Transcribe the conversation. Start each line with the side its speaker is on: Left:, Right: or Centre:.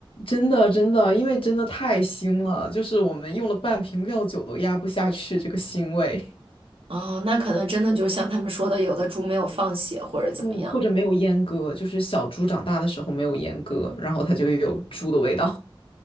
Left: 真的，真的，因为真的太腥了，就是我们用了半瓶料酒都压不下去这个腥味。
Right: 哦，那可能真的就像他们说的，有的猪没有放血或者怎么样。
Left: 嗯，或者没有阉割，就是小猪长大的时候没有阉割，然后它就有猪的味道。